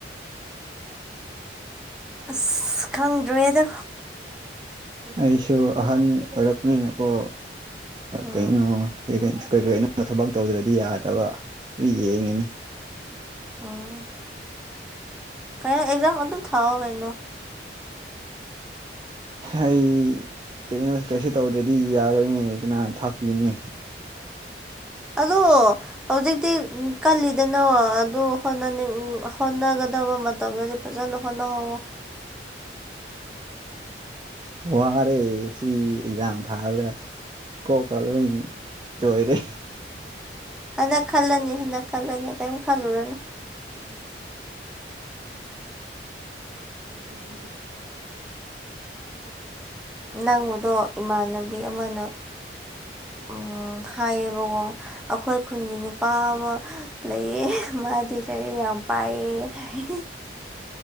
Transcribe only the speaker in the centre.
ꯑꯁ ꯈꯪꯗ꯭ꯔꯦꯗ
ꯎꯝ
ꯑꯣ ꯀꯩꯅꯣ ꯑꯦꯛꯖꯥꯝ ꯑꯗꯨꯝ ꯊꯥꯎꯑꯣ ꯀꯩꯅꯣ
ꯑꯗꯣ ꯍꯧꯖꯤꯛꯇꯤ ꯀꯜꯂꯤꯗꯅ ꯑꯗꯨ ꯍꯣꯠꯅꯅꯤꯡ ꯍꯣꯠꯅꯒꯗꯕ ꯃꯇꯝꯗꯗꯤ ꯐꯖꯅ ꯐꯣꯅꯍꯧꯕꯣ
ꯍꯟꯗꯛ ꯈꯜꯂꯅꯤ ꯍꯟꯗꯛ ꯈꯜꯂꯅꯤ ꯀꯔꯤꯝ ꯈꯜꯂꯨꯔꯅꯨ
ꯅꯪꯕꯨꯗꯣ ꯏꯃꯥꯟꯅꯕꯤ ꯑꯃꯅ ꯎ ꯍꯥꯏꯌꯦꯕꯀꯣ ꯑꯩꯈꯣꯏ ꯈꯨꯟꯒꯤ ꯅꯨꯄꯥ ꯑꯃ ꯂꯩꯌꯦ ꯃꯥꯗꯤ ꯂꯩꯔꯤ ꯌꯥꯝ ꯄꯥꯏꯑ ꯍꯥꯏ